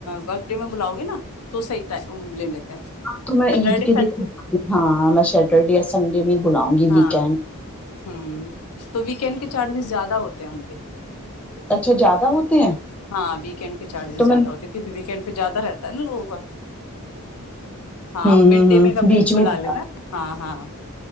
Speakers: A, on the left; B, in the centre.
A: ورک ڈے میں بلاؤ گے نا تو صحی ٹ لے لیتے ہیں
B: تو میں
A: سٹرڈے
B: عید کے دکھ ہاں میں سٹرڈے یا سنڈے میں بلاؤں گی
A: ہاں
B: ویکینڈ
A: ہ تو ویکینڈ کے چارجز زیادہ ہوتے پ آ گ
B: اچھا زیادہ ہوتے ہیں
A: ہاں ویکینڈ کے چارجز
B: تو
A: زیادہ
B: میں
A: ہوتے کیونکہ ویکینڈ پہ زیادہ رہتا ہے ناوگوں کا ہاں
B: ہوں
A: آپ مڈ
B: ہوں
A: ڈے
B: ہوں
A: میں کبھی
B: بیچ
A: بھی
B: میں
A: بلا
B: بتا
A: لینا ہاں ہاں